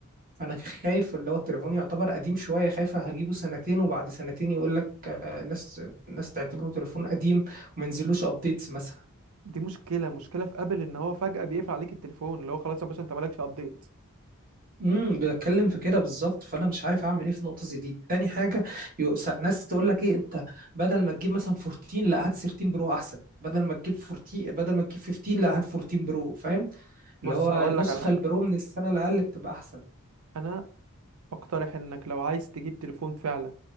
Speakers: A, on the right; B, on the right.
A: فانا خايف اللي هو التليفون يعتبر قديم شويه خايف هجيبه سنتين وبعد سنتين يقول لك آه، الناس الناس تعتبره تليفون قديم وما ينزلوش ابديتس مثلا
B: دي مشكلة مشكلة في ابل ان هو فجأة بيقفل عليك التليفون اللي هو خلاص يا باشا انت مالكش ابديت
A: امم بتكلم في كده بالظبط فانا مش عارف اعمل ايه في نقطه زي دي تاني حاجه يو- س- ناس تقول لك ايه انت بدل ما تجيب مثلا 14 لا هات 13 برو احسن بدل ما تجيب 14 بدل ما تجيب 15 لا هات 14 برو فاهم
B: بص
A: اللي هو
B: هقول
A: النسخه
B: لك على حاجة
A: البرو من السنه الاقل بتبقى احسن
B: انا بقترح انك لو عايز تجيب تليفون فعلا